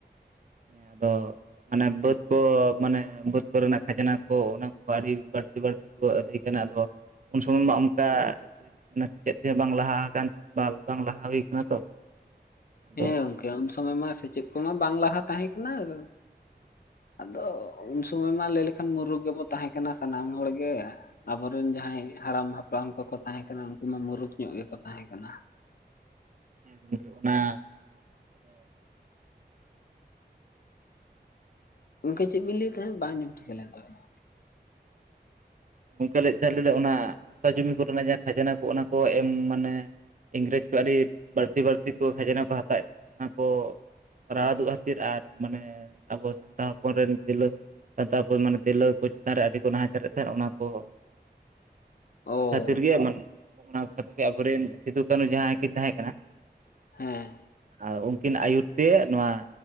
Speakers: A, on the right; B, on the left.
A: ᱦᱮᱸ ᱟᱫᱚ ᱢᱟᱱᱮ ᱵᱟᱹᱫᱽ ᱠᱚ ᱢᱟᱱᱮ ᱵᱟᱹᱫᱽ ᱠᱚᱨᱮᱱᱟᱜ ᱠᱷᱟᱡᱽᱱᱟ ᱠᱚ ᱚᱱᱟ ᱠᱚ ᱟᱹᱰᱤ ᱵᱟᱹᱲᱛᱤ ᱵᱟᱹᱲᱛᱤ <inaudible> ᱠᱟᱱᱟ ᱟᱫᱚ ᱩᱱ ᱥᱚᱢᱚᱭ ᱢᱟ ᱚᱱᱠᱟ ᱚᱱᱟ ᱥᱮᱪᱮᱫ ᱛᱮ ᱵᱟᱝ ᱞᱟᱦᱟ ᱟᱠᱟᱱ <unintelligible> ᱵᱟᱝ ᱞᱟᱦᱟ ᱦᱩᱭᱟ ᱠᱟᱱᱟ ᱛᱚ? ᱟᱫᱚ
B: ᱦᱮᱸ ᱜᱚᱝᱠᱮ ᱩᱱ ᱥᱚᱢᱚᱭ ᱢᱟ ᱥᱮᱪᱮᱫ ᱠᱚ ᱢᱟ ᱵᱟᱝ ᱞᱟᱦᱟ ᱛᱟᱸᱦᱮ ᱠᱟᱱᱟ, ᱟᱨ ᱟᱫᱚ ᱩᱱ ᱥᱚᱢᱚᱭ ᱢᱟ ᱞᱟᱹᱭ ᱞᱮᱠᱷᱟᱱ ᱢᱩᱨᱩᱠ ᱜᱮᱵᱚ ᱛᱟᱦᱮᱸᱠᱟᱱᱟ ᱥᱟᱱᱟᱢ ᱦᱚᱲ ᱜᱮ᱾ ᱟᱵᱚᱨᱤᱱ ᱡᱟᱦᱟᱸᱭ ᱦᱟᱲᱟᱢ ᱦᱟᱯᱲᱟᱢ ᱠᱚ ᱠᱚ ᱛᱟᱦᱮᱸ ᱠᱟᱱᱟ ᱩᱱᱠᱩ ᱢᱟ ᱢᱩᱨᱩᱠ ᱧᱚᱜ ᱜᱮ ᱠᱚ ᱛᱟᱦᱮᱸ ᱠᱟᱱᱟ᱾
A: <inaudible> ᱚᱱᱟ ᱟᱫᱚ
B: ᱜᱚᱝᱠᱮ ᱪᱮᱫ ᱵᱤᱱ ᱞᱟᱹᱭ ᱛᱟᱦᱮᱸᱫ? ᱵᱟᱝ ᱟᱸᱡᱚᱢ ᱴᱷᱤᱠᱟᱹ ᱞᱮᱱ ᱛᱟᱵᱤᱱᱟ᱾
A: ᱜᱚᱝᱠᱮ ᱞᱟᱹᱭᱮᱫ ᱛᱟᱸᱦᱮᱫ ᱞᱮ ᱚᱱᱟ ᱦᱟᱥᱟ ᱡᱚᱢᱤ ᱠᱚᱨᱮᱱᱟᱜ ᱡᱟᱦᱟᱸ ᱠᱷᱟᱡᱽᱱᱟ ᱠᱚ ᱚᱱᱟ ᱠᱚ ᱮᱢ ᱢᱟᱱᱮ ᱤᱝᱨᱮᱡᱽ ᱠᱚ ᱟᱹᱰᱤ ᱵᱟᱹᱲᱛᱤ ᱵᱟᱹᱲᱛᱤ ᱠᱚ ᱠᱷᱟᱡᱽᱱᱟ ᱠᱚ ᱦᱟᱛᱟᱣᱮᱫ ᱛᱟᱦᱮᱸ ᱱᱟ ᱠᱚ᱾ ᱨᱟᱲᱟ ᱫᱩᱜ ᱠᱷᱟᱹᱛᱤᱨ ᱟᱨ ᱢᱟᱱᱮ ᱟᱵᱚ ᱥᱟᱱᱛᱟᱲ ᱦᱚᱯᱚᱱ ᱨᱮᱱ ᱛᱤᱨᱞᱟᱹ ᱥᱟᱱᱛᱟᱲ ᱦᱚᱯᱚᱱ ᱢᱟᱱᱮ ᱛᱤᱨᱞᱟᱹ ᱠᱚ ᱪᱮᱛᱟᱱ ᱨᱮ ᱟᱹᱰᱤ ᱠᱚ ᱱᱟᱦᱟᱪᱟᱨᱮᱫ ᱛᱟᱦᱮᱸᱫ ᱚᱱᱟ ᱚᱦᱚ
B: ᱚ,
A: ᱛᱤᱨ ᱜᱮ ᱟᱢᱟᱱ ᱚᱱᱟ ᱠᱷᱟᱹᱛᱤᱨ ᱛᱮ ᱟᱵᱚᱨᱤᱱ ᱥᱤᱫᱩ ᱠᱟᱹᱱᱩ ᱡᱟᱦᱟᱸᱭ ᱠᱤᱱ ᱛᱟᱦᱮᱸ ᱠᱟᱱᱟ,
B: ᱦᱮᱸ,
A: ᱟᱨ ᱩᱱᱠᱤᱱ ᱟᱹᱭᱩᱨ ᱛᱮ ᱱᱚᱣᱟ